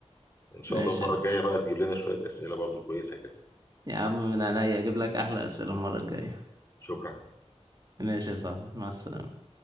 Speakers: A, on the left; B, on the right.
A: ان شاء
B: ماشي
A: الله المره
B: يا باشا.
A: الجايه بقى تجيب لنا شويه اسئله برضو كويسه كده
B: يا عم من عينيا أجيب لك أحلى أسئلة المرة الجاية
A: شكرا
B: ماشي يا صاحبي مع السلامة